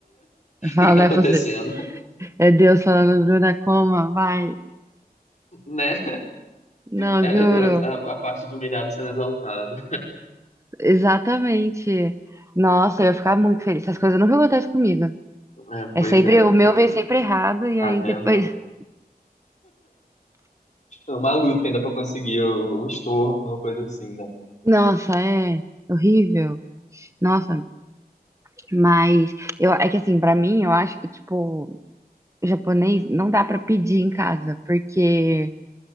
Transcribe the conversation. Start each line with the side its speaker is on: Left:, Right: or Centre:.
Right: ia falar,
Left: que que tá
Right: não
Left: acontecendo,
Right: é possível. É Deus falando, Bruna, coma, vai.
Left: <laughs> né?
Right: Não,
Left: É,
Right: juro.
Left: o- a, a parte do humilhado sendo exaltada.
Right: Exatamente. Nossa, eu ia ficar muito feliz. Essas coisas nunca acontecem comigo.
Left: É,
Right: É
Left: pois
Right: sempre,
Left: é,
Right: o meu
Left: cara.
Right: vem sempre errado, e
Left: Tá
Right: aí
Left: vendo?
Right: depois. <laughs>
Left: É uma luta ainda pra conseguir o, o estorno, uma coisa assim, né?
Right: Nossa, é horrível. Nossa, mas eu, é que assim, pra mim, eu acho que, tipo. japonês não dá pra pedir em casa, porque,